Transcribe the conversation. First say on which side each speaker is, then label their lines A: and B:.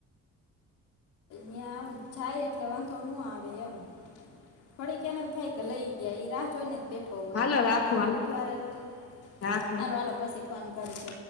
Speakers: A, on the left; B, on the left.
A: ન્યા આમ જાય એટલે વાંધો નો આવે એમ ઘડીક એને એમ થાય કે લઈ ગયા ઈ રાહ જોય ને બેઠો હોય
B: હાલો
A: અમારે
B: રાખો
A: તો એને
B: હાલ
A: બુધવારે રજા
B: રાખો
A: સારું હાલો પછી ફોન કર છે